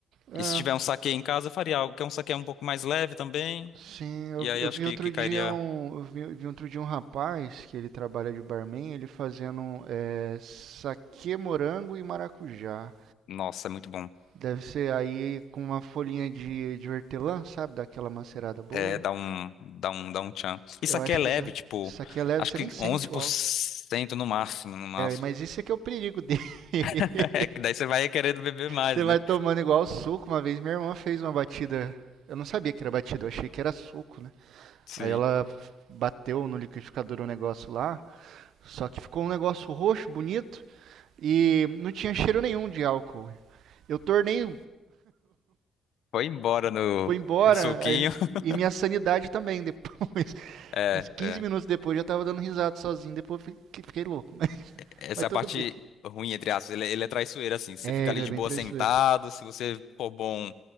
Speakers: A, on the right (about 75°); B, on the left (about 75°).
A: é,
B: E se tiver um saquê em casa, eu faria algo que é um saquê um pouco mais leve também.
A: sim. Eu,
B: E
A: vi-
B: aí
A: eu
B: acho
A: vi
B: que,
A: outro
B: que cairia.
A: dia um, eu vi, eu vi outro dia um rapaz que ele trabalha de barman, ele fazendo é, saquê morango e maracujá.
B: Nossa, é muito bom.
A: Deve ser aí com uma folhinha de, de hortelã, sabe? Daquela macerada boa.
B: É, dá um, dá um, dá um tchan. E
A: Eu
B: saquê
A: acho
B: é
A: que
B: leve,
A: é da...
B: tipo,
A: Saquê leve,
B: acho
A: você
B: que
A: nem sente
B: onze por
A: o álcool.
B: cento no máximo, no máximo.
A: Mas isso é que é o perigo dele. <laughs>
B: <laughs> É que daí você vai querendo beber mais,
A: Você vai
B: né?
A: tomando igual suco. Uma vez minha irmã fez uma batida. Eu não sabia que era batida, eu achei que era suco, né?
B: Sim.
A: Aí ela bateu no liquidificador um negócio lá. Só que ficou um negócio roxo, bonito. E não tinha cheiro nenhum de álcool. Eu tornei,
B: Foi embora no,
A: foi embora.
B: no suquinho.
A: aí-
B: <laughs>
A: e minha sanidade também depois. <laughs>
B: É,
A: Uns 15
B: é.
A: minutos depois eu já tava dando risada sozinho. Depois eu fiquei, fiquei louco. <laughs> Mas,
B: Essa
A: mas tudo
B: é a parte
A: bem.
B: ruim, entre aspas. Ele, é, ele é traiçoeiro, assim. Você
A: É,
B: fica
A: ele
B: ali
A: é
B: de
A: bem
B: boa
A: traiçoeiro.
B: sentado. Se você for bom